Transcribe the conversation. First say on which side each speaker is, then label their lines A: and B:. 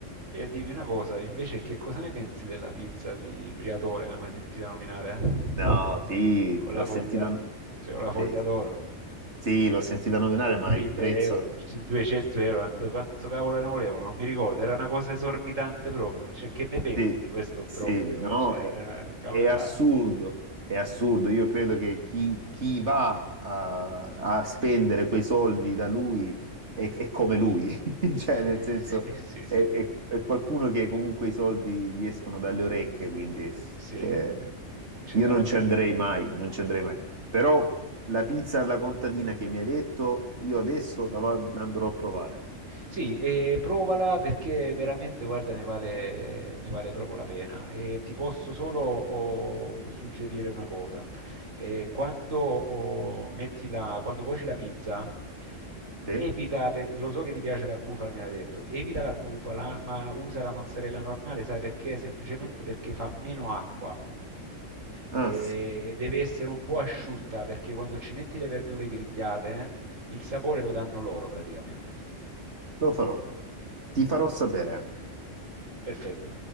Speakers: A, on the right; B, on the right.
A: e dimmi una cosa, invece, che cosa ne pensi della pizza di Briatore? L'hai mai sentita nominare? eh?
B: No, sì,
A: Con
B: l'ho
A: la foglia,
B: sentita.
A: cioè con la foglia
B: Sì,
A: d'oro?
B: sì, l'ho sentita nominare, ma
A: 1000
B: il prezzo.
A: euro, c- 200
B: sì.
A: euro, quanto, quanto cavolo ne volevano, non mi ricordo, era una cosa esorbitante proprio, cioè che ne pensi
B: Sì,
A: di questo obbrobrio?
B: sì, no,
A: Cioè, era-
B: è,
A: cam-
B: è assurdo,
A: dai.
B: è assurdo. Io credo che chi, chi va a, a spendere quei soldi da lui è, è come lui, <laughs> cioè
A: <laughs>
B: nel senso
A: Sì, sì, sì.
B: è, è- è qualcuno che comunque i soldi gli escono dalle orecchie, quindi
A: Sì,
B: eh,
A: che ce
B: io
A: l'ha
B: non
A: la-
B: ci andrei
A: la-
B: mai, non
A: no,
B: ci andrei
A: no.
B: mai. Però la pizza alla contadina che mi hai detto, io adesso la, va- la andrò a provare.
A: Sì, e provala perché veramente, guarda, ne vale, ne vale proprio la pena. E ti posso solo oh, suggerire una cosa. E quando, oh, metti la, quando cuoci la pizza, evita,
B: Sì?
A: per- lo so che ti piace la bufala, me l'hai detto, evita la bufala, ma usa la mozzarella normale, sai perché? Semplicemente perché fa meno acqua.
B: Ah,
A: E deve essere un po' asciutta perché quando ci metti le verdure grigliate, eh, il sapore lo danno loro praticamente.
B: lo farò. Ti farò sapere anche.
A: Perfetto.